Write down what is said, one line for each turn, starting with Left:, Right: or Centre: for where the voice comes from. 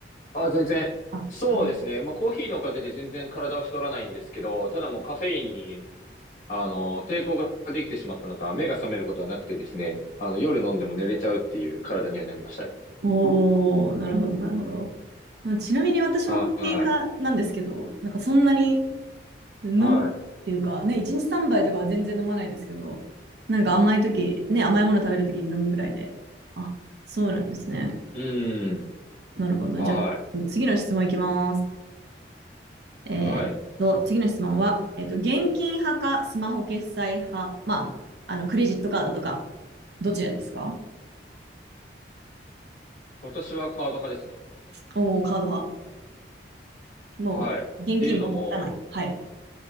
Left: あ、全然。
Right: あ、
Left: そうですね。
Right: うん
Left: まあ、コーヒーのおかげで全然体は太らないんですけど、ただもうカフェインに、あの、抵抗ができてしまったのか、目が覚めることはなくてですね、あの、夜飲んでも寝れちゃうっていう体にはなりましたね。
Right: おー、なるほど、なるほど。まあ、ちなみに私もコーヒー派なんですけど、
Left: は
Right: なんかそんなに飲むっていうか、
Left: い。は
Right: ね、1日3杯とかは全然飲まないですけど、なんか甘い時ね、甘いもの食べる時に飲むぐらいで。あ、そうなんですね。
Left: い。うん。
Right: なるほど。
Left: はい。
Right: じゃあ、次の質問いきます。えーと、
Left: はい。
Right: 次の質問は、えっと、現金派かスマホ決済派、まあ、あの、クレジットカードとか、どちらですか
Left: 私はカード派ですね。
Right: おー、カード派。もう、
Left: はい。っていうのも、
Right: 現金持たない。はい。